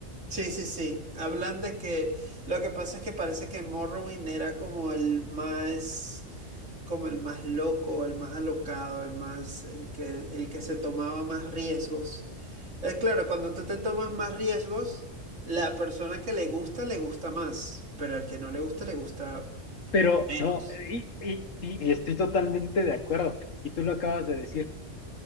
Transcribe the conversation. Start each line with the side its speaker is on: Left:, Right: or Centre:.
Right: Sí, sí, sí. Hablan de que lo que pasa es que parece que Morrowind era como el más, como el más loco, el más alocado, el más, el que, el que se tomaba más riesgos. Eh, claro, cuando tú te tomas más riesgos, la persona que le gusta, le gusta más, pero al que no le gusta, le gusta
Left: Pero
Right: menos.
Left: no, y, y, y y estoy totalmente de acuerdo. Y tú lo acabas de decir.